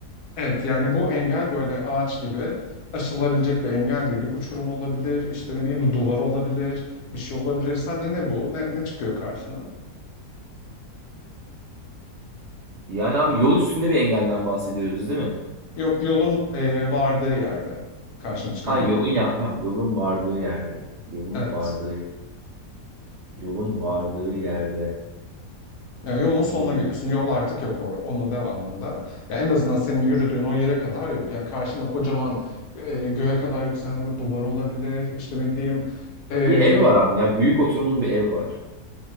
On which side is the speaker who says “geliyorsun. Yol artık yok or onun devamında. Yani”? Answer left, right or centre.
Left